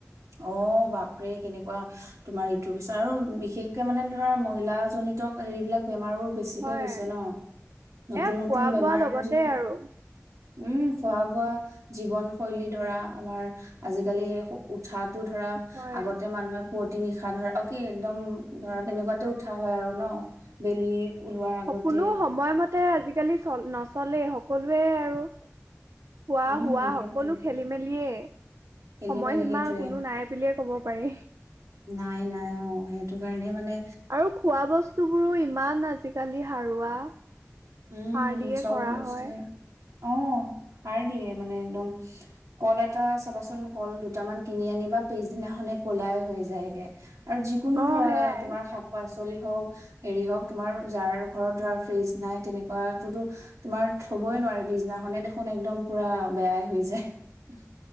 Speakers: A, on the right; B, on the right.
A: অ', বাপৰে কেনেকুৱা তোমাৰ ইটোৰ পিছত আৰু বিশেষ মানে ধৰা মহিলাজনিত হেৰিবিলাক বেমাৰবোৰ বেছিকে
B: হয়
A: হৈছে ন? নতুন
B: এয়া
A: নতুন
B: খোৱা
A: বেমাৰ
B: বোৱাৰ লগতে
A: যি
B: আৰু
A: উম', খোৱা বোৱা, জীৱন শৈলী ধৰা আমাৰ আজিকালি সেই উঠাটো ধৰা
B: হয়
A: আগতে মানুহে পুৱতি নিশা ধৰা, অ কি একদম ঘৰত এনেকুৱাতেও উঠা হয় আৰু ন? বেলি ওলোৱাৰ আগতে
B: স কোনো সময়মতে আজি আজিকালি নচলেই সকলোৱে আৰু খোৱা
A: উম,
B: শোৱা
A: সেইটোৱে
B: সকলো খেলি মেলিয়ে
A: খেলি-মেলি
B: সময়সীমা
A: সেইটোৱে।
B: কোনো নাই বুলিয়ে ক'ব। পাৰি।
A: নাই -নাই অ'সেইটো কাৰণে মানে।
B: আৰু খোৱা বস্তু বোৰো ইমান আজি আজি কালি সাৰুৱা।
A: উম
B: সাৰ দিয়ে
A: চব
B: কৰা
A: বস্তু
B: হয়
A: এ অ' সাৰ দিয়ে মানে একদম কল এটা চাবাচোন কল দুটামান কিনি আনিবা পিছদিনাখনে কলাই হৈ যায়গে আৰু যিকোনো
B: অ
A: ধৰা
B: সেয়াই
A: তোমাৰ শাক পাচলি। তলি হওক হেৰি হওঁক তোমাৰ যাৰ ঘৰত ধৰা ফ্ৰিজ নাই। তেনেকুৱাতটোতো তোমাৰ থবই নোৱাৰি পিছনাখনে দেখোন একদম পুৰা বেয়াই হৈ যায়